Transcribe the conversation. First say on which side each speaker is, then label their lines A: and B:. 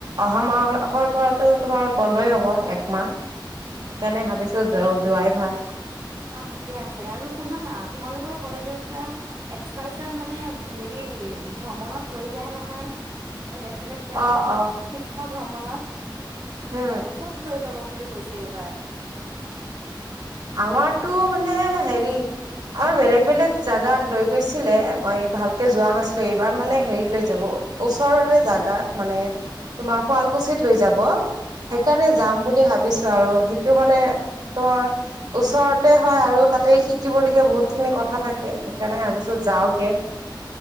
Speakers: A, on the right (about 55°); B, on the right (about 35°).
A: অহা মাহৰ পৰাতো তোমাৰ বন <unintelligible> হ'ব একমাহ। সেইকাৰণে ভাবিছো যোৱাই ভাল!
B: অ', ঠিকেই আছে আৰু শুনা না, তোমালোকৰ কলেজৰ পৰা এক্সকাৰচন মানে হেৰি কি, ভ্ৰমণত লৈ যায় নহয়! বেলেগ-বেলেগ জেগাত
A: অ',
B: শিক
A: অ',
B: শিক্ষা ভ্ৰমণত,
A: উম
B: ক'ত লৈ যাব? বুলি কৈছে এইবাৰ।
A: আমাৰতো মানে, হেৰি আৰু বেলেগ বেলেগ ঠাইলৈ লৈ গৈছিলে, মই ভালকে যোৱা নাছিলো। এইবাৰ মানে হেৰিত লৈ যাব। ওচৰৰে জাগাত মানে তোমাৰ শুৱালকুছিত লৈ যাব। সেইকাৰণে
B: অ
A: যাম বুলি ভাবিছো আৰু। সেইটো মানে তোমাৰ ওচৰতে হয় আৰু তাতে শিকিবলগীয়া বহুত খিনি কথা থাকে। সেইকাৰণে ভাবিছো যাওগে।